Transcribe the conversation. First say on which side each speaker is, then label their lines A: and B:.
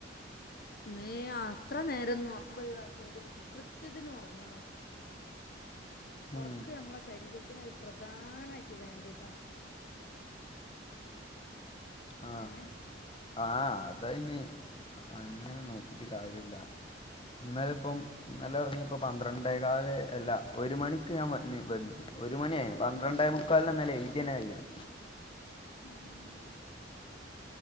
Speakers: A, on the left (about 50°); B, on the left (about 30°).
A: മേ അത്ര നേരന്ന് ഉറക്കൊയവാക്കര്ത് കൃത്യത്തിന് ഉറങ്ങണം ഉറക്ക്
B: ഉം.
A: നമ്മള ശരീരത്തിന് ഒരു പ്രധാനായിട്ട് വേണ്ടിയതാ
B: ആഹ
A: ഏ
B: ആഹ അതയ്ന് അങ്ങനെ നോക്കിട്ട് കാര്യല്ല ഇന്നല ഇപ്പം ഇന്നലെ ഉറങ്ങി പ്പോ പന്ത്രണ്ടേകാല അല്ല ഒരു മണിക്ക് ഞാൻ വന്ന് വന്നി ഒരു മണി ആയി പന്ത്രണ്ടേ മുക്കാല്ലന്നല്ലെ എയ്തിന്നെ കയ്ണ്
A: ഉം